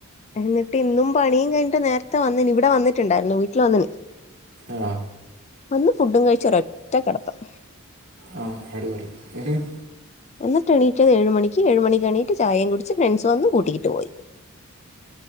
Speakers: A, on the left; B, on the right.
A: എന്നിട്ട് ഇന്നും പണിയും കഴിഞ്ഞിട്ട് നേരത്തെ വന്നിന് ഇവിടെ വന്നിട്ടുണ്ടായിരുന്നു വീട്ടിൽ വന്നിന്
B: ആ
A: വന്ന് ഫുഡും കഴിചൊരൊറ്റ കെടത്തം
B: ആ അടിപൊളി <unintelligible>
A: എന്നിട്ട് എണീറ്റത് ഏഴ് മണിക്ക് ഏഴുമണിക്ക് എണീറ്റ് ചായയും കുടിച്ച് ഫ്രണ്ട്സ് വന്നു കൂട്ടിയിട്ട് പോയി <unintelligible>